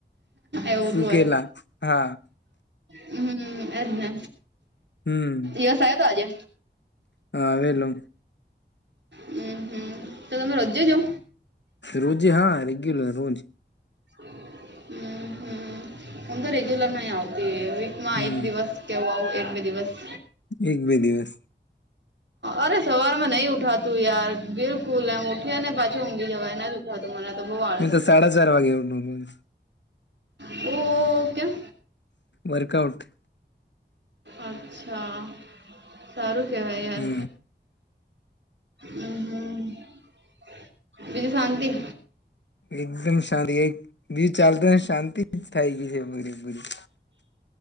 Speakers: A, on the right; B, on the left.
A: એવું
B: સુકેલા
A: જ હોય
B: હા
A: હમ્મ હમ્મ એજ ને
B: હમ
A: યસ આયો તોઆજે
B: હા આવેલો
A: હમ્મ હમ્મ તો તમે રોજે જો
B: રોજે હા રેગ્યુલર રોજ
A: હ હમ્મ હમ્મ હુંતો રેગ્યુલર નઈ આવતી વીકમાં
B: હમ
A: એક દિવસ કેહેવા આવું એક બે દિવસ.
B: એક બે દિવસ.
A: અરે સવાર માં નઈ ઉઠાતું યાર બિલકુલ એમ ઉઠી ને પાછી ઊઘી જવાય એના. મને તો બવ આળસ
B: મેં તો સાડા ચાર વાગે ઉઠું રોજ
A: છે ઓ ઓ કેમ.
B: વર્કઆઉટ.
A: અચ્છા સારું કેવાય યાર.
B: હમ
A: હમ હમ બીજુ શાંતી.
B: એકદમ શાંતિ એક દીજ ચાલતોને શાંતિ જ થાય ગઈ છે પૂરેપૂરી.